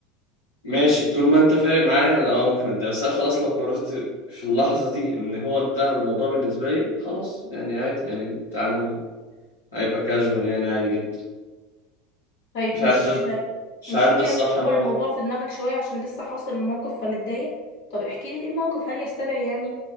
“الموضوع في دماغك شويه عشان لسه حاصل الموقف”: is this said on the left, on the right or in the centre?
Left